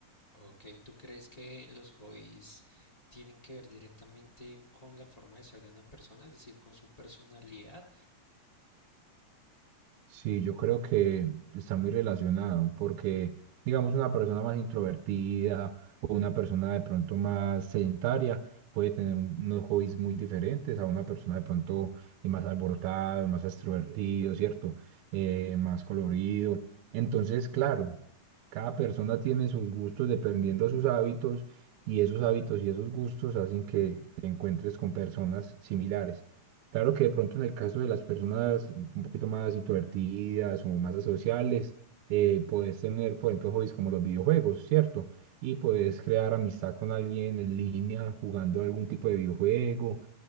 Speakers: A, on the left; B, on the right.
A: Ok, ¿tú crees que los hobbies tienen que ver directamente con la forma de ser de una persona, es decir, con su personalidad?
B: Sí, yo creo que está muy relacionado porque, digamos, una persona más introvertida o una persona de pronto más sedentaria puede tener un- unos hobbies muy diferentes a una persona de pronto eh, más alborotada, más extrovertido, ¿cierto? Eh, más colorido. Entonces, claro, cada persona tiene sus gustos dependiendo de sus hábitos y esos hábitos y esos gustos hacen que te encuentres con personas similares. Claro que de pronto en el caso de las personas un poquito más introvertidas o más asociales, eh, puedes tener, por ejemplo, hobbies como los videojuegos, ¿cierto? Y puedes crear amistad con alguien en línea jugando algún tipo de videojuego,